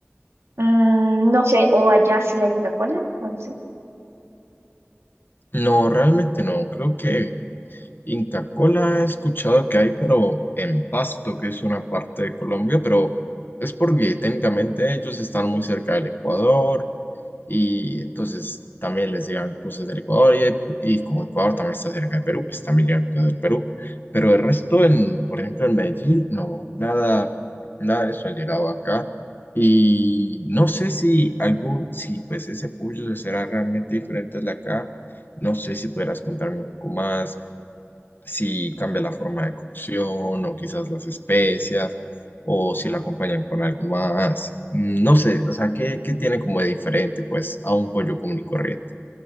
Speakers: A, on the right (about 85°); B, on the left (about 50°).
A: Mm, no sé, o allá sí hay Inca Kola, no lo sé.
B: No, realmente no, creo que Inca Kola he escuchado que hay, pero en Pasto, que es una parte de Colombia, pero es porque técnicamente ellos están muy cerca del Ecuador y entonces también les llegan cosas del Ecuador y, y como Ecuador también está cerca de Perú, pues también llegan cosas del Perú. Pero el resto, en, por ejemplo, en Medellín, no, nada, nada de eso ha llegado acá. Y no sé si algún, si pues ese pollo será realmente diferente al de acá. No sé si podrás contarme un poco más si cambia la forma de cocción o quizás las especias o si lo acompañan con algo más. Mm, No sé, o sea, ¿qué, qué tiene como de diferente pues a un pollo común y corriente?